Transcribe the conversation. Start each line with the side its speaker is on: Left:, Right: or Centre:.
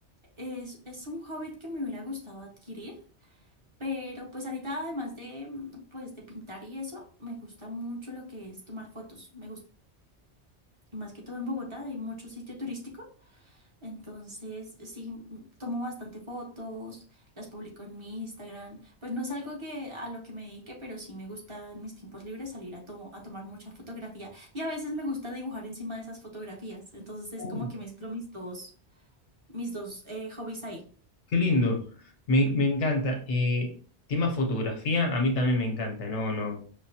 Right: Es, es un hobbit que me hubiera gustado adquirir, pero pues ahorita además de mm, pues de pintar y eso, me gusta mucho lo que es tomar fotos. Me gusta, más que todo en Bogotá hay mucho sitio turístico, entonces sí mm, tomo bastante fotos, las publico en mi Instagram. Pues no es algo que a lo que me dedique, pero sí me gusta en mis tiempos libres salir a, to- a tomar mucha fotografía y a veces me gusta dibujar encima de esas fotografías. Entonces es
Left: Uh,
Right: como que mezclo mis dos mis dos eh, hobbies ahí.
Left: qué lindo. Me, me encanta. Eh, tema fotografía, a mí también me encanta. No, no,